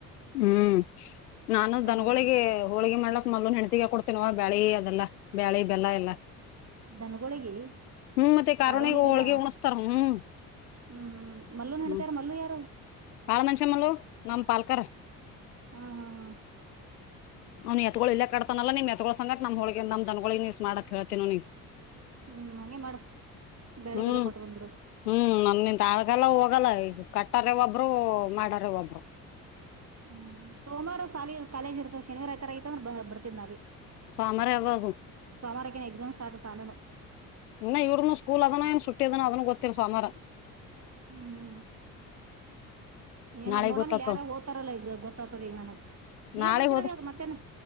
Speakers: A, on the left; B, on the right.
A: ಹ್ಮ್ ನಾನು
B: ಶನಿವಾರ
A: ದನ್ಗಳಿಗೆ ಹೋಳಿಗೆ ಮಾಡ್ಲತ್ ಮಲ್ನ್ ಹೆೆಣತಿಗೆ ಕೊಡ್ತೇನ ಬೆಳೆ ಅದೆಲ್ಲ ಬೆಳೆ ಬೆಲ್ಲ ಅದೆಲ
B: ದನಗಳಿಗೆ
A: ಹ್ಮ್ ಮತ್ತೆ ಕಾರಣೇ
B: ಕಾರೋಣಿ
A: ಹೋಳ್ಗೆ
B: ದಿನ
A: ಉಣಸ್ತಾರ ಹ್ಮ್
B: ಹ್ಮ್ ಹ್ಮ್ ಮಲ್ಲುನ ನಣತಾರ
A: ಹ್ಮ್
B: ಮಲ್ಲು ಯಾರು
A: ಬಾಳ ಮಷಮ್ಮಳ ನಮ್ಮ ಪಾಲ್ಕರ
B: ಹ್ಮ್ ಹ್ಮ್ ಹ್ಮ್
A: ನ ಎತ್ಗಳು ಇಲ್ಲೇ ಕಟ್ಟಾನಲ್ಲ ನಿಮ್ಮ ಎತುಗಳು ಸಂಘಕ್ ನಮ್ಮ ದನಗಳು ನೀಸ್ ಮಾಡಕ್ ಹೇಳ್ತೀನಿ
B: ಹ್ಮ್ ಹಾಗಗೆ ಮಾಡು ಬೆಳೆ
A: ಹ್ಮ್
B: ಬೆಲ್ಲ ಕೊಟ್ಟು ಬಂದುಬಿಡು
A: ಹ್ಮ್ ನನ್ ನಿನ್ ಆಗಲ್ಲ ಹೋಗಲ್ಲ ಇ ಕಟ್ಟಾರೆ ಒಬ್ರು ಮಾಡರೆ ಒಬ್ರು
B: ಹ್ಮ್ ಸೋಮವಾರ ಸಾಲಿ ಕಾಲೇಜ್ ಇರ್ತ ಶನಿವಾರ ಐತಂದ್ರೆ ಬರ್ತಿದ್ ನಾವಿ
A: ಸೋಮಾರಿ ಅದ ಅದು
B: ಸೋಮಾವಾರ ಎಕ್ಸಾಮ್ ಸ್ಟಾರ್ಟ್ ಸಾನುದು
A: ಇನ್ನ ಇವ್ರನು ಸ್ಕೂಲ್ ಅದನ ಏನ್ ಸುಟ್ಟಿದನ ಅದನ್ ಗೊತ್ತಿರ್ ಸೋಮವಾರ
B: ಹ್ಮ್ ಏನೋ
A: ನಾಳೆಗ್
B: ನೋಡಮಲ್
A: ಗೊತ್ತಾತದ
B: ಯಾರ ಓ್ತಾರಲ್ಲ ಈಗ ಗೊತ್ತಾಗ್ತದ ಈಗ ನನಗ ನೀವೇ
A: ನಾಳೆ
B: ಬರ್ತೀರ
A: ಹೋದ್ರ
B: ಯಾವ್ದ್ ಮತ್ತೇನು